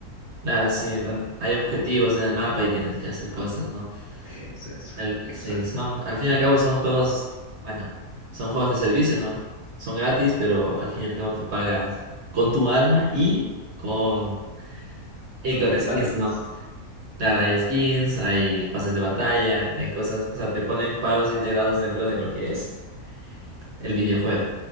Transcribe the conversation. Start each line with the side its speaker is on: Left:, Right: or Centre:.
Right: Claro, sí, an- hay objetivos en el mapa y tienes que hacer cosas, ¿no?
Left: Es eso.
Right: El-
Left: Exacto.
Right: sí, son, al fin y al cabo son juegos, bueno, son juegos de servicio, ¿no? Son gratis, pero al fin y al cabo tú pagas con tu alma y con, y
Left: Con
Right: con
Left: el
Right: skins,
Left: Battle
Right: ¿no?
Left: Pass.
Right: Claro, hay skins, hay pases de batalla, hay cosas, o sea, te ponen pagos integrados dentro de lo que es el videojuego.